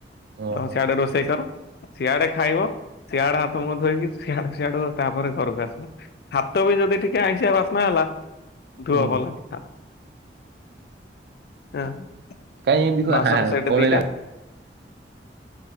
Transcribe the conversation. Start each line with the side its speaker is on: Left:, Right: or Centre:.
Right: ଓହୋ।
Left: ଆଉ ସିଆଡେ ରୋଷେଇ କର। ସିଆଡେ ଖାଇବ ସିଆଡେ ହାତ ମୁଁ ଧୋଇକି ସିଆଡୁ ସିଆଡୁ ତାପରେ ଘରକୁ ଆସିବ। ହାତ ବି ଯଦି ଟିକେ ଆଇଁସିଆ ବାସ୍ନା ହେଲା।
Right: ହୁଁ
Left: ଧୁଅ ଭଲକି ହଁ।
Right: କାଇହିଁ ଏମିତି କରହଉ
Left: ବାସନ ସେଟ
Right: ପଳେଇଲା।
Left: ଦିଟା